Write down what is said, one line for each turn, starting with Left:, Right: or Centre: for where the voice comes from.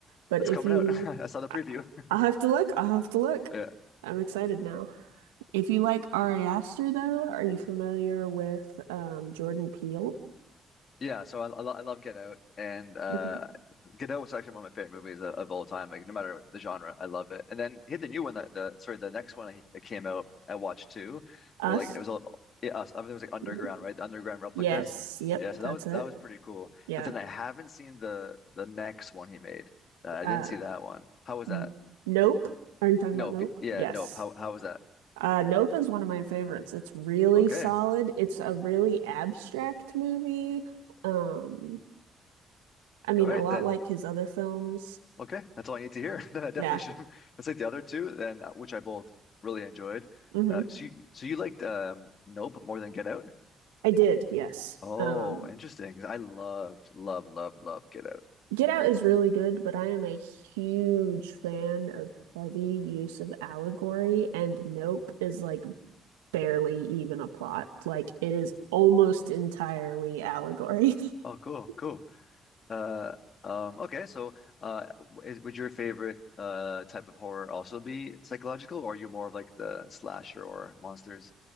Right: but
Left: It's
Right: if
Left: coming
Right: you
Left: out. <laughs> I saw the preview.
Right: I- I'll
Left: <laughs>
Right: have to look. I'll have to look.
Left: Yeah.
Right: I'm excited now. If you like Ari Aster, though, are you familiar with um, Jordan Peele?
Left: Yeah, so I, I, lo- I love Get Out, and uh,
Right: Mhm.
Left: Get Out was actually one of my favorite movies of, of all time. Like no matter the genre, I love it. And then he had the new one that the sorry the next one that came out, I watched too,
Right: Us?
Left: where like it was all yeah, us. I mean, it was like underground,
Right: Mhm.
Left: right? The underground replicas.
Right: Yes. Yep,
Left: Yeah, so
Right: that's
Left: that was
Right: it.
Left: that was pretty cool.
Right: Yeah.
Left: But then I haven't seen the the next one he made. Uh, I
Right: Uh,
Left: didn't see that one. How was
Right: n-
Left: that?
Right: Nope. Are you talking
Left: Nope.
Right: about Nope?
Left: Yeah,
Right: Yes.
Left: nope. How how was that?
Right: Uh, Nope is one of my favorites. It's really
Left: Okay,
Right: solid. It's a really abstract movie. Um, I mean,
Left: all right
Right: a lot
Left: then.
Right: like his other films.
Left: Okay, that's all I need to hear. <laughs> Then I definitely
Right: Yeah.
Left: should <laughs> Let's like the other two, then uh, which I both really enjoyed.
Right: hmm
Left: Uh, so you, so you liked um, Nope more than Get Out?
Right: I did, yes.
Left: Oh,
Right: Um,
Left: interesting. 'Cause I loved, loved, loved, loved Get Out.
Right: Get Out is really good, but I am a huge fan of heavy use of allegory, and Nope is like barely even a plot. Like it is almost entirely allegory.
Left: Oh,
Right: <laughs>
Left: cool, cool. Uh, um, okay, so uh, is, would your favorite uh type of horror also be psychological, or are you more of like the slasher or monsters?